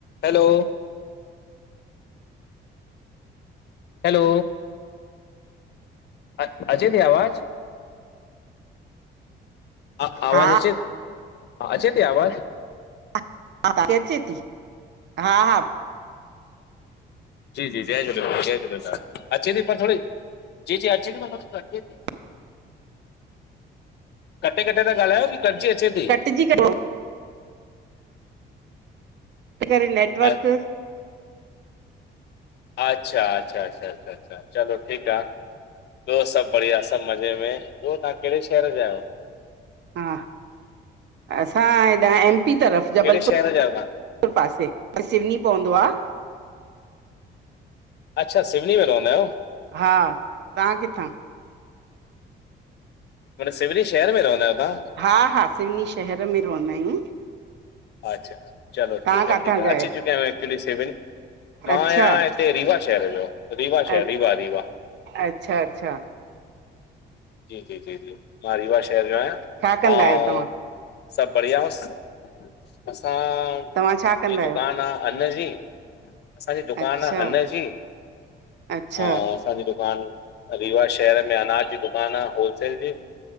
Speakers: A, on the left; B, on the right.
A: हलो hello अ अचे ती आवाज़? अ
B: हा
A: आवाज़ अचे हा अचे ती आवाज़?
B: ह अचे ती हा हा,
A: जी जी जय झूलेलाल जय झूलेलाल अचे ती पर थोड़ी जी जी अचे ती मलब अचे
B: <inaudible>
A: कटे कटे त ॻालायो की कटजी अचे ती।
B: कटजी कट त करे नेटवर्क
A: अ- अच्छा अच्छा अच्छा अच्छा चलो ठीकु आ। ॿियो सभु बढ़िया सभु मज़े में ॿियो तव्हां कहिड़े शहर जा आहियो?
B: हा असां हेॾा एमपी तरफ
A: कहिड़े
B: जबलपुर
A: शहर जा आहियो तव्हां?
B: पासे सिवनी पवंदो आ
A: अच्छा सिवनी में रहंदा आयो।
B: हा तां किथां?
A: मतिलबु सिवरी शहर में रहंदा आहियो तां।
B: हा हा सिवनी शहर में रहंदा आहियूं।
A: अच्छा, चलो
B: तव्हां
A: ठीकु
B: काथां
A: आ ठीकु आ,
B: जा
A: अची
B: आहियो
A: चुकि आया एक्चुली सेवीग। मां
B: अच्छा
A: आहियां हिते रीवा शहर जो, रीवा शहर
B: अ
A: रीवा रीवा।
B: अच्छा अच्छा
A: जी जी जी जी मां रीवा शहर जो आहियां
B: छा कंदा
A: अऊं
B: आहियो तव्हां
A: सभु बढ़िया होसि, असां
B: तव्हां छा कंदा
A: जी
B: आहियो
A: दुकानु आ अन्न जी असांजी दुकानु
B: अच्छा
A: आ अन्न जी,
B: अच्छा
A: अऊं असांजी दुकानु, रीवा शहर में अनाज जी दुकानु आ होलसेल जी।